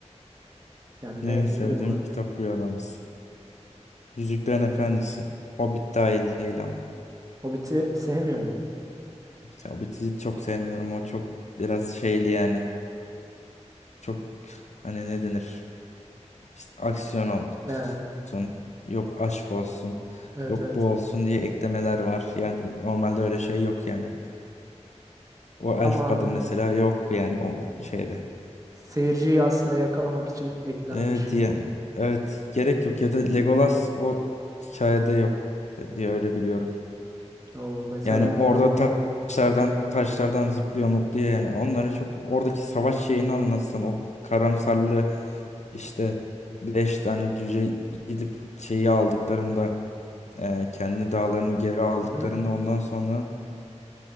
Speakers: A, on the right (about 30°); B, on the left (about 70°).
A: Yani
B: En
A: ne
B: sevdiğim
A: film olarak?
B: kitap Rüyalamız. Yüzüklerin Efendisi. Hobbit dahil değil ama.
A: Hobbit'i sevmiyor mu?
B: Ya Hobbit'i çok sevmiyorum. O çok biraz şeyli yani. Çok Hani ne denir? İşte aksiyon olsun,
A: Ha,
B: yok aşk olsun,
A: evet
B: yok
A: evet.
B: bu olsun diye eklemeler var. Yani normalde öyle şey yok yani. O
A: Tamamen
B: elf kadın mesela yok yani o şeyde.
A: seyirciyi aslında yakalamak için eklenmiş.
B: Evet diye. Evet gerek yok ya da Legolas o hikayede yok di- diye öyle biliyorum.
A: O mesela
B: Yani
A: ben
B: orada
A: onu bilmiyordum.
B: ta- taşlardan taşlardan zıplıyor mutluyor yani. Onlara çok oradaki savaş şeyini anlatsan o karamsarlığı işte beş tane cüce gidip şeyi aldıklarında E, kendi dağlarını geri aldıklarında
A: Hı hı,
B: ondan sonra